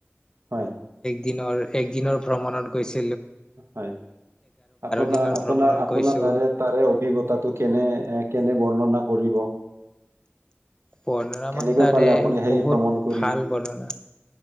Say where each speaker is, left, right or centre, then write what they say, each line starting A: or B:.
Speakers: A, on the right; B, on the left.
A: হয়।
B: দিনৰ এক দিনৰ ভ্ৰমণত গৈছিল।
A: হয়, আপোনাৰ,
B: দিনৰ
A: আপোনাৰ,
B: ভ্ৰমণত
A: আপোনাৰ
B: গৈছো
A: তাৰে তাৰে অভিজ্ঞতাটো কেনে, কেনে বৰ্ণ কৰিব।
B: বৰ্ণনা
A: কেনেকৈ
B: মানে তাৰে
A: পালে আপুনি সেই
B: বহুত
A: ভ্ৰমণ কৰি
B: ভাল বৰ্ণনা